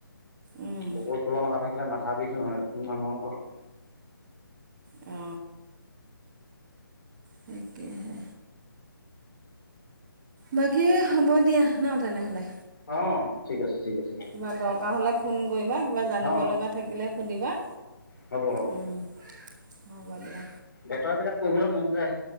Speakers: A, on the right; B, on the left.
A: উম,
B: বকুল ফুলৰ মালা থাকিলে মাথা বিষ নহয় মানুহৰ ঘৰত
A: অ তাকেহে বাকী হ'ব দিয়া ন তেনেহ'লে
B: অ ঠিক আছে ঠিক আছে
A: কিবা দৰকাৰ হ'লে ফোন কৰিবা কিবা জানিব
B: অ
A: লগা থাকিলে সুধিবা
B: হ'ব হ'ব
A: হ'ব দিয়া
B: ডেটৰ বিলাক কৰিবলৈ মন যায়